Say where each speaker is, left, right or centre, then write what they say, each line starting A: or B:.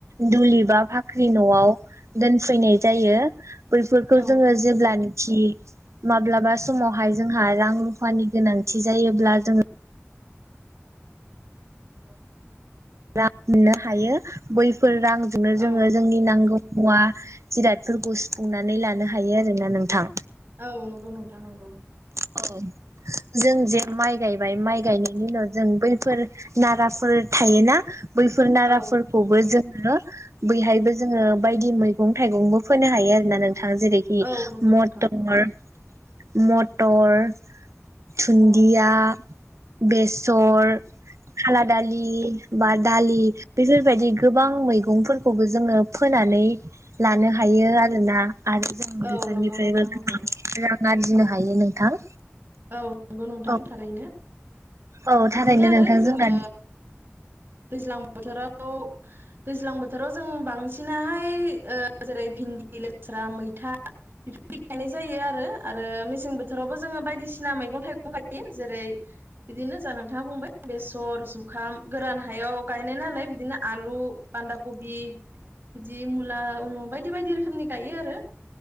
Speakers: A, on the right; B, on the right.
A: दुलि बा फाख्रि नआव दोनफैनाय जायो। बैफोरखौ
B: औ
A: जोङो
B: नंगौ
A: जेब्ला खि माब्लाबा समावहाय जोंहा रां रुफानि गोनांथि जायोब्ला जोङो रां मोननो हायो बैफोर रांजोंनो जोङो
B: औ नंगौ
A: जोंनि नांगौ मुवा जिरादफोरखौ सुफुंनानै लानो हायो आरोना नोंथां
B: औ नंगौ नोंथां नंगौ।
A: औ जों जे माइ गायबाय माइ गायनायनि उनाव जों बैफोर नाराफोर थायोना बैफोर नाराफोरखौबो
B: औ
A: जों बैहायबो जोङो बायदि मैगं थाइगंबो फोनो हायो आरोना नों जेरैखि
B: औ नंगौ
A: मटर
B: नोंथां
A: मटर थुन्दिया
B: औ
A: बेसर खाला दालि बा दालि बेफोरबायदि गोबां मैगंफोरखौबो जोङो फोनानै नै लानो हायो आरोना। आरो जों
B: औ
A: बेफोरनिफ्रायबो
B: नंगौ नोंथां नंगौ
A: रां आर्जिनो हायो नोंथां।
B: औ नंगौ नोंथां
A: औ
B: थारैनो।
A: औ
B: बिदिनो
A: थारैनो
B: आरो
A: नोंथां
B: जोङो
A: जोंना
B: दैज्लां बोथोराव दैज्लां बोथोराव जों बांसिनाहाय जेरै भिन्दि लेस्रा मैथा बिफोर गायनाय जायो आरो मेसें बोथोरावबो जोङो बायदिसि‌ सिना मैगं थाइगं गायो जेरै बिदिनो जा नोंथाङा बुंबाय बेसर जुखाम गोरान हाय याव गायनाय नालाय बिदिनो आलु बान्दा कबि बिदि मुला उन' बायदि बायदि रोखोमनि गायो आरो